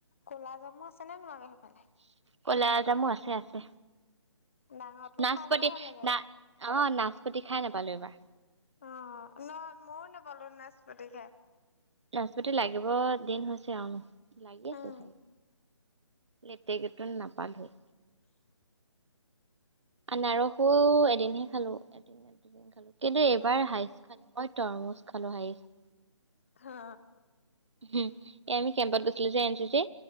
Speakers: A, on the left; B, on the right.
A: ক'লা জামু আছেনে তোমালোকৰ সেইফালে?
B: কলা জামো আছে আছে।
A: ডাঙৰটো
B: নাচপতি
A: খাই বৰ ভাল লাগে
B: না
A: আকৌ
B: অ' নাচপতি খাই নাপালোঁ এইবাৰ।
A: অ' নহয় ময়ও নোপালো নাচপতি খাই।
B: নাচপতি লাগিব দিন হৈছে আৰু ন' লাগি আছে
A: উম
B: চাগে। লেতেকেটো নাপালোৱে।
A: <inaudible>
B: আনাৰসোও এদিনহে খালোঁ। এদিন দুদিন খালোঁ কিন্তু এইবাৰ
A: উম
B: হাইষ্ট খালোঁ। অই তৰমোজ খালো হাইষ্ট।
A: খা
B: এ, আমি কেম্পত গৈছিলোঁ যে এন চি চিা